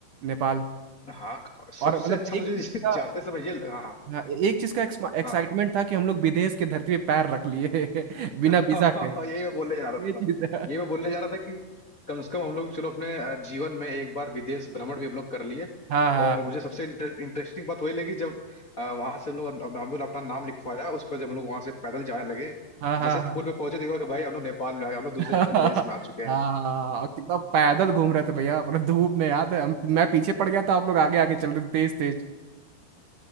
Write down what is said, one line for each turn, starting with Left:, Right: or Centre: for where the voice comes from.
Right: नेपाल
Left: हाँ क- सबसे
Right: और मतलब
Left: अच्छा
Right: एक
Left: मुझे
Right: चीज
Left: <laughs>
Right: का
Left: जाते समय ये लगा- हाँ
Right: हाँ, एक चीज का एक्साइटमेंट
Left: हाँ
Right: था कि हम लोग विदेश के धरती पे पैर रख लिए <laughs>
Left: <laughs>
Right: बिना वीजा
Left: हाँ,
Right: के
Left: यही मैं बोलने जा रहा
Right: ये चीज
Left: था
Right: है
Left: यही मैं बोलने जा रहा था कि कम से कम हम लोग चलो अपने अ, जीवन में एक बार विदेश भ्रमण भी हम लोग कर लिए
Right: हाँ हाँ
Left: और मुझे सबसे इंटरेस्टिंग बात वही लगी जब वहां से हम लोग हम हम लोग ने अपना नाम लिखवाया उसके बाद जब हम लोग वहां से पैदल जाने लगे
Right: हाँ हाँ
Left: जैसे पुल पे पहुंचे तो हुआ कि भाई हम लोग नेपाल में आ गए हम लोग दूसरे
Right: हाँ हाँ
Left: देश में आ चुके हैं
Right: हाँ हाँ, और कितना पैदल घूम रहे थे भैया पूरा धूप में याद है हम मैं पीछे पड़ गया था आप लोग आगे आगे चल रहे थे तेज तेज